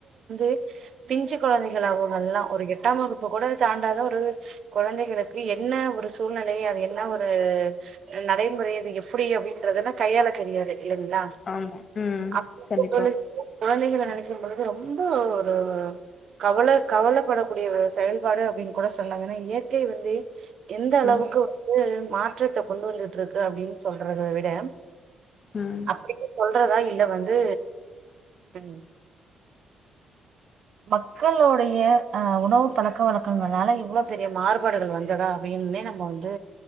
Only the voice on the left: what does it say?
ஆமா ம்
கண்டிப்பா
ம்
ம்